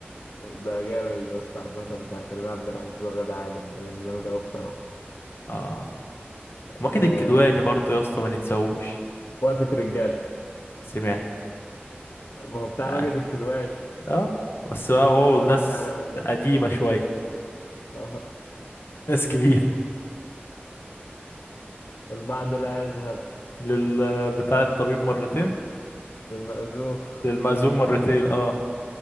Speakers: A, on the left (about 85°); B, on the left (about 70°).
A: ده جامد يا اسطى عامة بتاع كريم عبد العزيز وغادة عادل ده كان جامد أوي بصراحة
B: اه ماجد
A: أه...
B: الكدواني برضه يا اسطى ما ننساهوش
A: وقفة رجالة
B: سمعت
A: ما هو بتاع
B: اه
A: ماجد الكدواني
B: آه، بس بقى
A: كنت
B: هو
A: لسه
B: ناس
A: أقول لك عليه والله
B: قديمة شوية
A: آه.
B: ناس كبيرة
A: البعض لا يذهب
B: لل بتاع الطبيب مرتين
A: بالمأزوم
B: للمأذون
A: <laughs>
B: مرتين اه